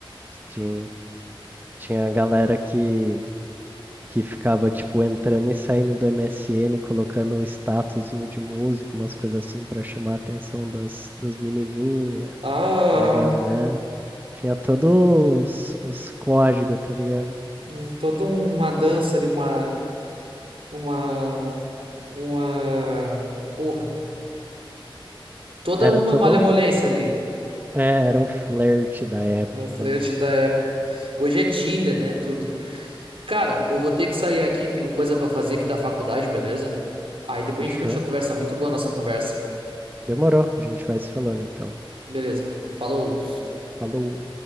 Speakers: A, on the right; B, on the right.
A: tinha, tinha a galera que, que ficava, tipo, entrando e saindo do MSN, colocando o statusinho de música, umas coisas assim, pra chamar a atenção das, das menininhas.
B: Ah,
A: da galera. Tinha todos uns códigos, tá ligado?
B: hum, toda uma dança de uma, uma, uma, porra, toda
A: Era
B: uma
A: todo.
B: malemolência ali
A: É, era o flerte da época,
B: no flerte
A: né?
B: da época. Hoje é Tinder, né? Tudo. Cara, eu vou ter que sair aqui, tenho coisa pra fazer aqui da faculdade, beleza? Aí depois
A: Fechou?
B: a gente continua a conversa. Muito boa a nossa conversa.
A: Demorou. A gente vai se falando então.
B: Beleza, falou.
A: Falou.